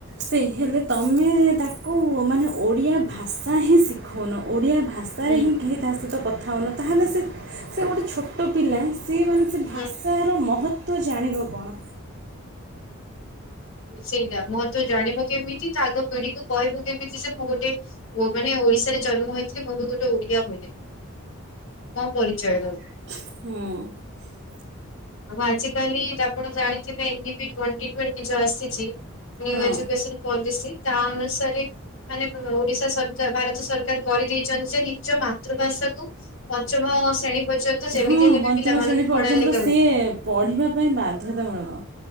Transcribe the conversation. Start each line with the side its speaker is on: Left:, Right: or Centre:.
Right: ସେଇ ହେଲେ ତମେ ତା କୋଉ ମାନେ ଓଡ଼ିଆ ଭାଷା ହିଁ ଶିଖଉନ। ଓଡ଼ିଆ ଭାଷାରେ
Left: ହୁଁ
Right: ହିଁ କେହି ତା ସହିତ କଥା ହୋଉନ ତାହେଲେ ସେ ସେ ଗୋଟେ ଛୋଟ ପିଲା ସିଏ ମାନେ ସେ ଭାଷାର
Left: ହୁଁ।
Right: ମହତ୍ଵ ତ ଜାଣିବ କଣ?
Left: ସେଇଟା ମୋ ତୁ ଜାଣିବୁ କେମିତି ତାଗ ପିଢିକୁ କହିବୁ କେମିତି ଯେ ମୁଁ ଗୋଟେ ଓ ମାନେ ଓଡିଶାରେ ଜନ୍ମ ହୋଇଥିଲି ମୁଁ ବି ଗୋଟେ ଓଡିଆ ବୋଲି ମୋ ପରିଚୟର।
Right: ହୁଁ।
Left: ଆଉ ଆଜିକାଲି ଆପଣ ଜାଣିଥିବେ ଏନ୍ ଡି ପି ଟୋଣ୍ଟି ଟଣ୍ ଏ ଯୋଉ ଆସିଚି ନିଉ
Right: ହଁ।
Left: ଏଜୁକେସନ୍ ପଲିସି ତା ଅନୁସାରେ ମାନେ ବ ଓଡିଶା ସରକାର ଭାରତ ସରକାର କରିଦେଇଚନ୍ତି ଯେ ନିଜ ମାତୃଭାଷାକୁୁ ପଞ୍ଚମ ଶ୍ରେଣୀ ପର୍ଯ୍ୟନ୍ତ ଯେମିତି
Right: ହଁ
Left: ହେଲେ
Right: ହଁ
Left: ବି
Right: ପଞ୍ଚମ
Left: ପିଲାମାନଙ୍କୁ
Right: ଶ୍ରେଣୀ ପର୍ଯ୍ୟନ୍ତ
Left: ପଢା ଲେଖା
Right: ସିଏ ପଢିବା ପାଇଁ ବାଧ୍ୟତାମୂଳକ